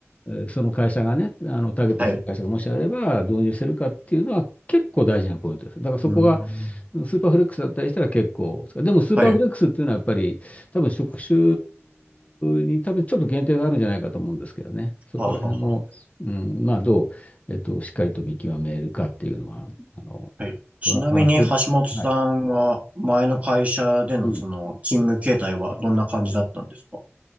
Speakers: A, on the left (about 30°); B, on the right (about 30°).
A: ーその会社がね、あの、ターゲットする会社がもしあれば導入してるかっていうのは結構大事なポイントです。
B: はい、
A: だからそこが
B: うん、
A: スーパーフレックスだったりしたら結構、でもスーパーフレックスっていうのはやっぱり多分職種
B: はい、
A: に多分ちょっと限定があるんじゃないかと思うんですけどね。そこら辺の、
B: ははは。
A: うん、まあどう、えっと、しっかりと見極めるかっていうのは、あの、
B: はい。ちなみに橋本さんは前の会社でのその勤務形態はどんな感じだったんですか
A: ワワーク、はい。うん